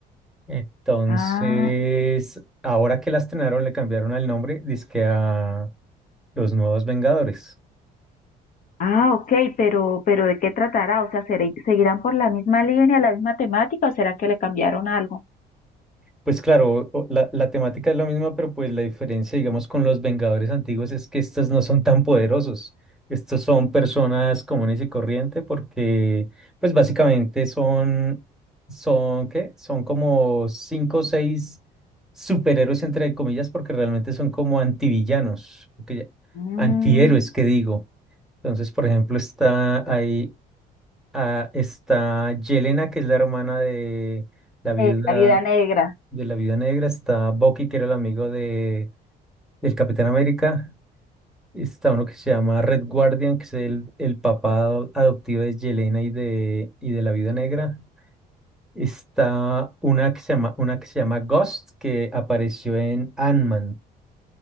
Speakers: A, in the centre; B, on the left.
A: Entonces,
B: Ah,
A: ahora que la estrenaron, le cambiaron el nombre, dizque a Los Nuevos Vengadores.
B: ah, ok, pero, pero ¿de qué tratará? O sea, ¿seré- ¿seguirán por la misma línea, la misma temática o será que le cambiaron algo?
A: Pues claro, o- la, la temática es la misma, pero pues la diferencia, digamos, con los Vengadores antiguos es que estos no son tan poderosos. Estos son personas comunes y corrientes porque, pues básicamente son, son, ¿qué? Son como cinco o seis superhéroes, entre comillas, porque realmente son como antivillanos, que-
B: Mm,
A: antihéroes, que digo. Entonces, por ejemplo, está ahí, ah, está Yelena, que es la hermana de la viuda
B: eh, la vida negra.
A: de la Viuda Negra, está Bucky, que era el amigo de, del Capitán América, está uno que se llama Red Guardian, que es el, el papá ado- adoptivo de Yelena y de, y de la Viuda Negra, está una que se llama, una que se llama Ghost, que apareció en Ant-Man,